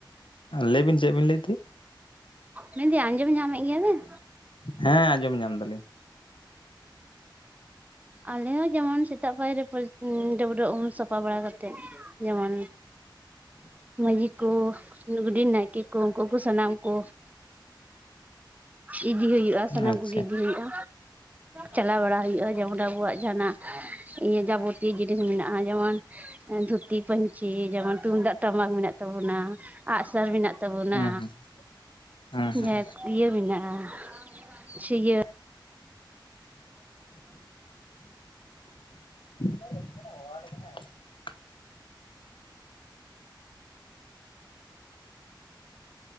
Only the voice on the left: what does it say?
ᱞᱟᱹᱭ ᱵᱤᱱ ᱪᱮᱫ ᱵᱤᱱ ᱞᱟᱹᱭᱮᱫ ᱛᱟᱦᱮ?
ᱦᱮᱸ ᱟᱸᱡᱚᱢ ᱧᱟᱢ ᱫᱟᱞᱤᱧ᱾
<inaudible>
ᱟᱪᱪᱷᱟ
ᱦᱩᱸ ᱦᱩᱸ ᱦᱩᱸ ᱦᱩᱸ
ᱪᱮᱫ ᱦᱚᱸ ᱵᱟᱝ ᱟᱸᱡᱚᱢᱚᱜ ᱠᱟᱱᱟ